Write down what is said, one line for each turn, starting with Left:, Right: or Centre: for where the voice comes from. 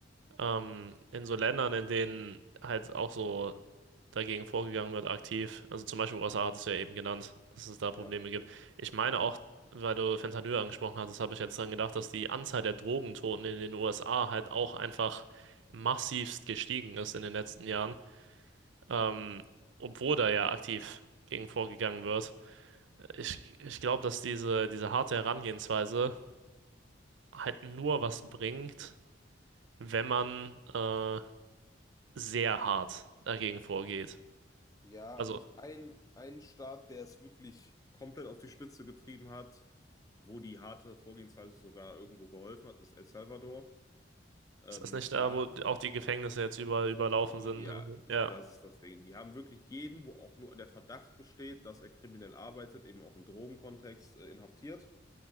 Right: ähm, in so Ländern, in denen halt auch so dagegen vorgegangen wird, aktiv, also zum Beispiel USA hattest du ja eben genannt, dass es da
Left: Ja.
Right: Probleme gibt. Ich meine auch, weil du Fentanyl angesprochen hattest, habe ich jetzt dann gedacht, dass die Anzahl der Drogentoten in den USA halt auch einfach massivst gestiegen ist in den letzten Jahren, ähm, obwohl da ja aktiv gegen vorgegangen wird. Ich, ich glaube, dass diese, diese harte Herangehensweise halt nur was bringt, wenn man äh, sehr hart dagegen vorgeht.
Left: Ja,
Right: Also,
Left: also ist ein, ein Staat, der es wirklich Komplett auf die Spitze getrieben hat, wo die harte Vorgehensweise sogar irgendwo geholfen hat, ist El Salvador. Ähm,
Right: ist das nicht
Left: da
Right: da, wo auch die Gefängnisse jetzt überall überlaufen
Left: Ja,
Right: sind?
Left: das
Right: Ja,
Left: ist das Ding. Die haben wirklich jeden, wo auch nur der Verdacht besteht, dass er kriminell arbeitet, eben auch im Drogenkontext, äh, inhaftiert.